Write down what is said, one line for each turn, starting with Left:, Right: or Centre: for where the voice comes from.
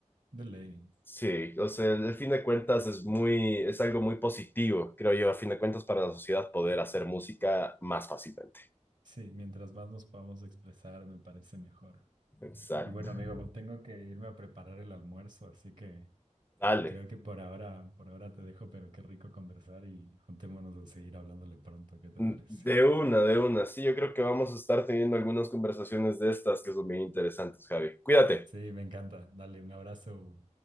Right: De ley.
Left: Sí, o sea, al fin de cuentas es muy, es algo muy positivo, creo yo, a fin de cuentas para la sociedad poder hacer música más fácilmente.
Right: Sí, mientras más nos podamos expresar, me parece mejor.
Left: Exacto.
Right: Y bueno, amigo, tengo que irme a preparar el almuerzo, así que...
Left: Dale.
Right: Creo que por ahora, por ahora te dejo, pero qué rico conversar y juntémonos a seguir hablándole pronto, ¿qué te
Left: Mm,
Right: parece?
Left: De una, de una. Sí, yo creo que vamos a estar teniendo algunas conversaciones de estas que son bien interesantes, Javi. Cuídate.
Right: Sí, me encanta. Dale un abrazo.